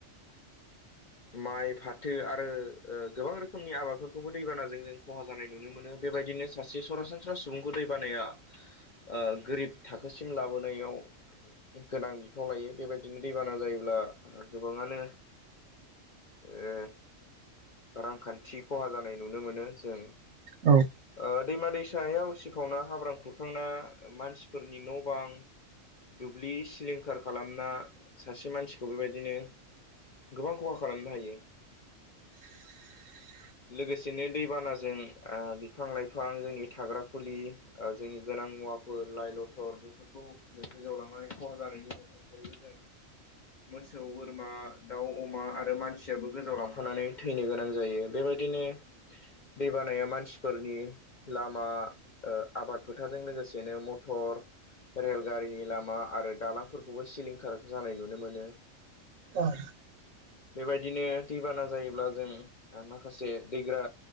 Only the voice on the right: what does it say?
औ
<inaudible>
औ